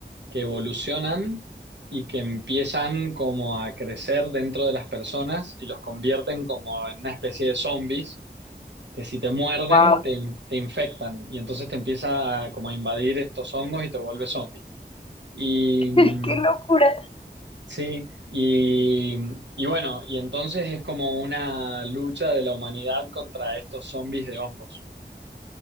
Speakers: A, on the right (about 85°); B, on the left (about 30°).
A: que evolucionan y que empiezan como a crecer dentro de las personas y los convierten como en una especie de zombies que si te muerden,
B: Wow,
A: te, in- te infectan y entonces te empieza a, como a invadir estos hongos y te vuelve zombie. Y
B: <laughs>
A: mm,
B: ¡Qué locura!
A: sí, y, y bueno, y entonces es como una lucha de la humanidad contra estos zombies de hongos.